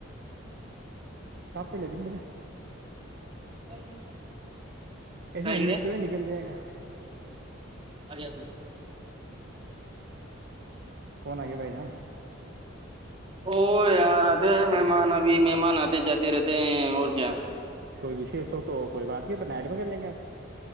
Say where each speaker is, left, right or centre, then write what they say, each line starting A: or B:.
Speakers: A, on the right; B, on the right.
A: سپ تلیا دن برییا
B: کا
A: ایسے
B: کر
A: امید
B: رہے
A: تو ہے نکل جائے گا
B: اے
A: کون آ گے بائی جا
B: او یار اتے مہمان ابھی مہمان آتے جاتے رہتے ہیں اور کیا
A: کوئی وشیش ہو تو کوئی بات نہیں اپ نائڈ میں کر لیں گے آپ